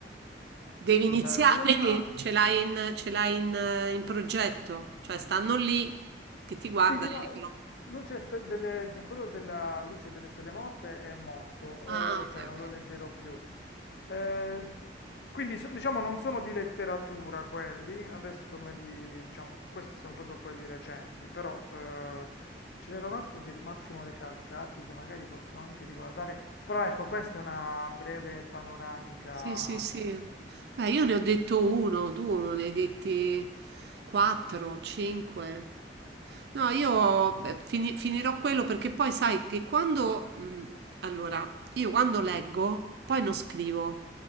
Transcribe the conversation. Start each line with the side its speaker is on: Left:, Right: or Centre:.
Right: Devi iniziare,
Left: ce n'era
Right: quindi
Left: un altro.
Right: ce l'hai in, ce l'hai in, eh, in progetto, cioè stanno lì che ti guardano
Left: Sì, sì, no,
Right: e dicono,
Left: luce ste- delle- de- quello della luce delle stelle morte è morto,
Right: ah,
Left: eh,
Right: ok,
Left: cioè non
Right: ok.
Left: lo leggerò più. Eh, quindi so- diciamo non sono di letteratura quelli, adesso me li, diciamo, questi sono proprio quelli recenti, però eh, ce n'era un altro di Massimo Recalcati che magari posso anche riguardare, però ecco, questa è una breve panoramica.
Right: Sì, sì, sì. Beh, io ne ho detto uno, tu ne hai detti quattro, cinque. No, io beh, fini- finirò quello perché poi sai che quando... mh, allora, io quando leggo, poi non scrivo